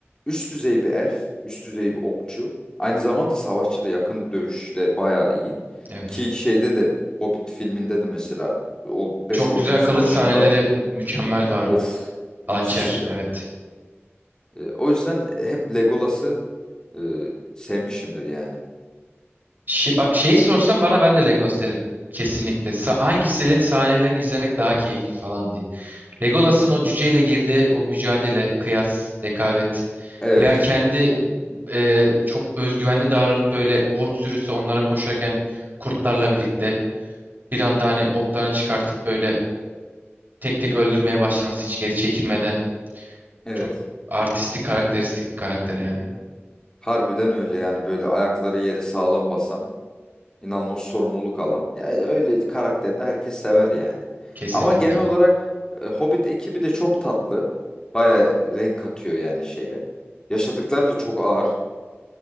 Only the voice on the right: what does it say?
Evet.
Çok
güzel
kılıç sahneleri mükemmel var.
Hançer.
Evet.
Şi, bak şeyi sorsam bana ben de Legos derim. Kesinlikle. Sa hangisinin sahnelerini izlemek daha keyifli falan diye. Legolas'ın
o cüceyle girdiği o mücadele, kıyas, rekabet
veya kendi e, çok özgüvenli davranıp böyle ork sürüsü onlara koşarken kurtlarla birlikte bir anda hani oklarını çıkartıp böyle tek tek öldürmeye başlaması hiç geri çekilmeden
çok artistik, karakteristik bir karakter yani.
Kesinlikle.